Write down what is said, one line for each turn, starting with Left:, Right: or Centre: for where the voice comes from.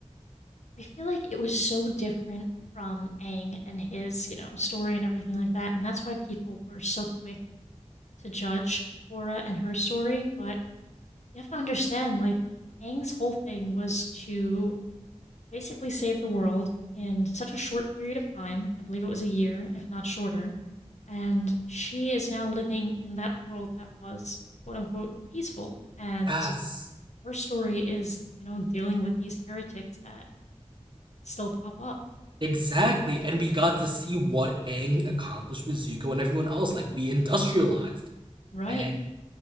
Left: I feel like it was so different from Aang and his, you know, story and everything like that. And that's why people were so quick to judge Korra and her story. But you have to understand, like, Aang's whole thing was to basically save the world in such a short period of time. I believe it was a year, if not shorter. And she is now living in that world that was quote unquote peaceful. And
Right: Yes,
Left: her story is, you know, dealing with these heretics that still pop up.
Right: exactly. And we got to see what Aang accomplished with Zuko and everyone else. Like we industrialized.
Left: Right.
Right: And